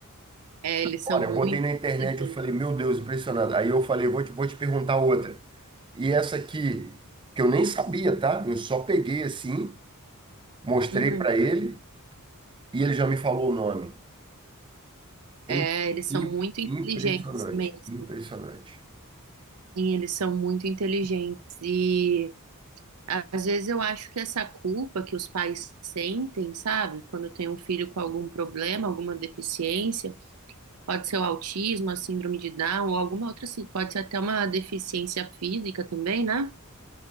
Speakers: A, on the right (about 85°); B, on the right (about 20°).
A: É, eles
B: Olha,
A: são
B: Eu
A: muito
B: botei na internet,
A: inteligentes.
B: eu falei, meu Deus, impressionado. Aí eu falei, vou te, vou te perguntar outra. E essa aqui, que eu nem sabia, tá? Eu só peguei assim, mostrei
A: Uhum.
B: para ele e ele já me falou o nome. É
A: É,
B: im-
A: eles são
B: im-
A: muito inteligentes
B: impressionante,
A: mesmo.
B: impressionante.
A: Sim, eles são muito inteligentes. E às vezes eu acho que essa culpa que os pais sentem, sabe? Quando tem um filho com algum problema, alguma deficiência, pode ser o autismo, a síndrome de Down, ou alguma outra, assim, pode ser até uma deficiência física também, né?